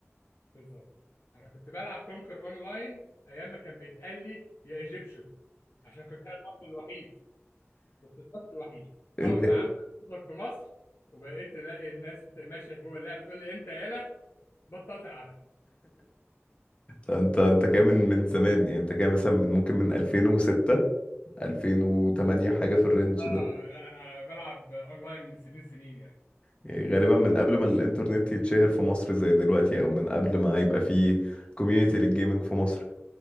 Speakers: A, on the left; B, on the left.
A: بالظبط انا كنت بلعب كونكر اونلاين ايام ما كان بيتقال لي يا ايجيبشن عشان كنت انا المصري الوحيد كنت المصري الوحيد
B: انت
A: اول ما عملت سيرفر في مصر وبقيت الاقي الناس بت- ماشيه جوه اللعبه تقول لي انت يالا بطلت العبها
B: انت انت كام من من زمان يعني انت كام مثلا من ممكن من 2006 2008 حاجه في الرينج
A: اه
B: ده
A: لا انا بلعب اونلاين من سنين سنين يعني
B: يعني غالبا من قبل ما الانترنت يتشهر في مصر زي دلوقتي او من قبل ما يبقى فيه كوميونتي للجيمنج في مصر